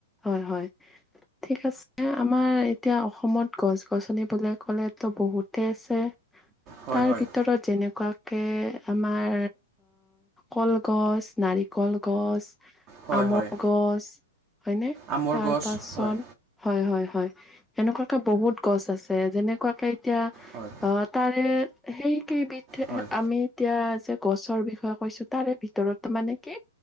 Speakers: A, in the centre; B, on the right (about 30°).
A: হয় হয় ঠিক আছে আমাৰ এতিয়া অসমত গছ গছনি বুলি ক'লেতো বহুতে আছে।
B: হয়
A: তাৰ
B: হয়
A: ভিতৰত যেনেকুৱা তাকে আমাৰ কলগছ নাৰিকল গছ।
B: হয়
A: আমৰ
B: হয়।
A: গছ হয়নে
B: আমৰ
A: তাৰ
B: গছ
A: পাচন
B: হয়
A: হয়। হয় হয় হয় এনেকুৱাকে বহুত গছ আছে যেনেকুৱাকে এতিয়া
B: হয়
A: অ তাৰে সেই কেইবিধ
B: হয়
A: আমি এতিয়া যে গছৰ বিষয়ে কৈছো তাৰে ভিতৰত মানে কি